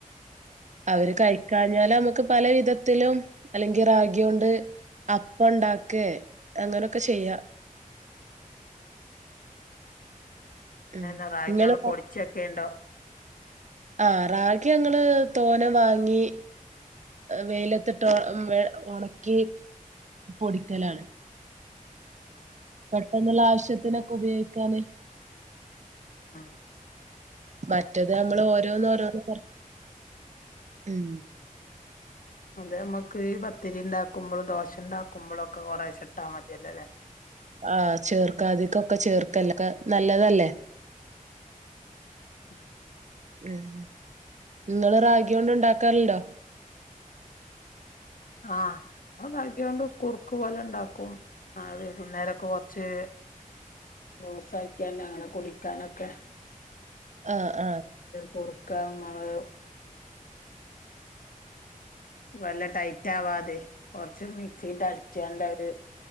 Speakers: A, on the right; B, on the left.
A: അവര് കഴിക്കാഞ്ഞാല് നമ്മുക്ക് പല വിധത്തിലും അല്ലെങ്കി റാഗി കൊണ്ട് അപ്പ ഉണ്ടാക്കേ അങ്ങനൊക്കെ ചെയ്യാം ഉം
B: എ എന്ന റാഗിങ്ങള്
A: നിങ്ങള്
B: പൊടിച്ചൊക്കെ ഉണ്ടോ
A: ആഹ് റാഗി ഞങ്ങള് തോനെ വാങ്ങി വെയിലത്തിട്ട് ഉണക്കി പൊടിക്കലാണ്
B: ആം
A: പെട്ടെന്നുള്ള ആവശ്യത്തിനൊക്കെ ഉപയോഗിക്കാന്
B: ആഹ്
A: മറ്റത് നമ്മള് ഓരോന്ന് ഓരോന്ന് പർക്കി ഉം
B: അതെ നമുക്ക് ഈ പത്തിരി ഉണ്ടാക്കുമ്പോഴും ദോശ ഉണ്ടാക്കുമ്പോഴും ഒക്കെ കൊറെ ശെ ഇട്ടാ മതിയല്ലേ
A: ആ ഹ്ചേർക്കാതിക്കൊക്കെ ചേർക്കല്ലക്കെ നല്ലതല്ലേ
B: ന
A: ഉം നിങ്ങള് റാഗി കൊണ്ട് ഉണ്ടാക്കാലുണ്ടോ
B: ആഹ് ഞങ്ങ റാഗികൊണ്ട് കുറുക്ക് പോലെ ഉണ്ടാക്കും ആവി വരും അന്നേരം കാറച്ച് ലൂസാക്കിയണ്ട് അങ്ങനെ കുടിക്കാനൊക്കെ
A: ആഹ് ആഹ്
B: കുറക്കാ നമ്മള് വല്ല ടൈറ്റാവാതെ കൊർച്ച് മിക്സീട്ട് അട്ച്ചാണ്ടത്